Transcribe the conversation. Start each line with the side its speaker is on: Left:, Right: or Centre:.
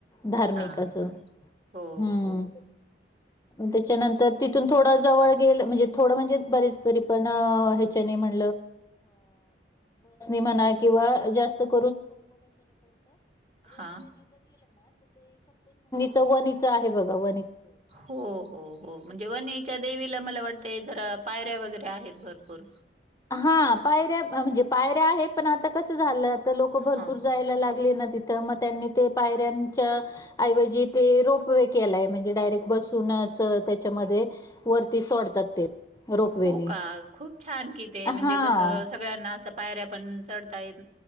Left: धार्मिक
Right: हा
Left: असं
Right: हा हो
Left: हम्म
Right: हो
Left: त्याच्यानंतर तिथून थोड जवळ गेल म्हणजे थोडं म्हणजे बरेच तरी पण ह्याच्या म्ह म्ह क <inaudible>
Right: हा
Left: चव्हाणीच आहे बघा व
Right: हो हो हो म्हणजे वणीच्या देवीला मला वाट ते जरा पायऱ्या वगैरे आहेत भरपूर
Left: हां, पायऱ्या म्हणजे पायऱ्या आहे पण आता कसं झालं आता लोक भरपूर
Right: हा
Left: जायला लागले ना तथ मग त्यांनी ते पायऱ्यांच्या ऐवजी ते रोप व केलाय म्हणजे डायरेक्ट बसून त्याच्यामध्ये वरती सोडतात ते रोपवेनी.
Right: हो का खूप छान कि ते
Left: हां.
Right: म्हणजे कसं सगळ्यांना असं पायऱ्या पण चढतायेत